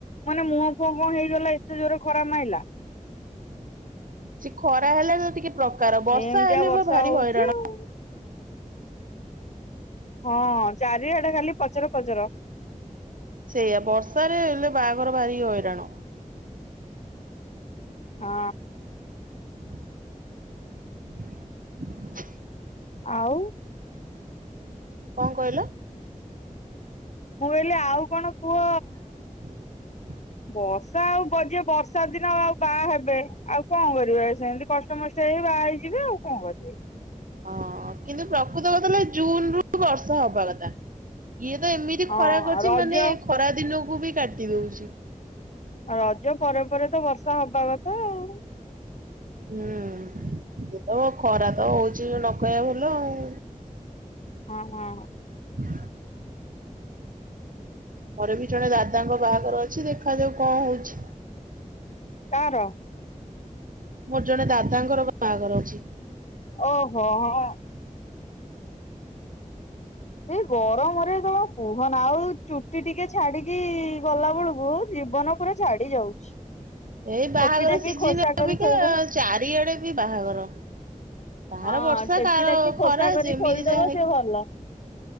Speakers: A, on the left; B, on the right.
A: ମାନେ ମୁହଁ ମୋ ମୁହଁ ହେଇଗଲା। ଏତେ ଜୋରେ ଖରା ମାଇଲା।
B: ସେ ଖରା ହେଲେ ତ ଟିକେ ପ୍ରକାର, ବର୍ଷା
A: ଏମିତିଆ
B: ହେଲେ
A: ବର୍ଷା
B: ବା ଭାରି
A: ହଉଛି
B: ହଇରାଣ।
A: ଆଉ। ହଁ ଚାରିଆଡେ ଖାଲି ପଚର, ପଚର।
B: ସେଇଆ ବର୍ଷାରେ ହେଲେ ବାହାଘର, ଭାରି ହଇରାଣ।
A: ହଁ।
B: <inaudible>
A: ଆଉ।
B: କଣ, କହିଲ?
A: ମୁଁ କହିଲି ଆଉ କଣ କୁହ?
B: <inaudible>
A: ବର୍ଷା ଆଉ ଯିଏ ବର୍ଷା ଦିନ ଆଉ ବାହା ହେବେ ଆଉ କଣ କରିବେ? ସେମତି କଷ୍ଟମଷ୍ଟ ହେଇ ବାହା ହେଇଯିବେ ଆଉ କଣ କରିବେ?
B: ଅ କିନ୍ତୁ ପ୍ରକୃତ କଥା ହେଲା, ଜୁନ୍ ରୁ ବର୍ଷା ହବା କଥା। ଇଏ ତ ଏମିତି
A: ହଁ
B: ଖରା କରିଛି
A: ରଜ
B: ମାନେ ଖରାଦିନକୁ ବି କାଟି ଦଉଛି।
A: ରଜ ପରେ ପରେ ତ ବର୍ଷା ହବା କଥା ଆଉ।
B: ହୁଁ ଏବେ ତ ଖରା ତ ହଉଛି ନ କହିଆ ଭଲ ଆଉ।
A: ହଁ ହଁ।
B: ହ ମୋର ବି ଜଣେ ଦାଦାଙ୍କ ବାହାଘର ଅଛି ଦେଖାଯାଉ କଣ ହଉଛି?
A: କାଆର?
B: ମୋର ଜଣେ ଦାଦାଙ୍କର ବାହାଘର ଅଛି।
A: ଓହୋ ହଁ। ସେଇ ଗରମରେ ତମେ କୁହନା। ଆଉ ଚୁଟି ଟିକେ ଛାଡିକି ଗଲା ବେଳକୁ, ଜୀବନ ପୁରା ଛାଡି ଯାଉଛି।
B: ଏଇ ବାହାଘର
A: ଟେକି ଟାକି
B: ସିଜିନ
A: ଖୋସା କରି
B: ଅବିକା
A: ଥୋଇଦଉ
B: ଚାରିଆଡେ ବି ବାହାଘର। କାହାର
A: ହଁ
B: ବର୍ଷା,
A: ଟେକି
B: କାହାର
A: ଟାକି ଖୋସା
B: ଖରା,
A: କରି
B: ଯେମିତି
A: ଥୋଇଦବ
B: ଯାହା ହେଇଛି।
A: ସେ ଭଲ।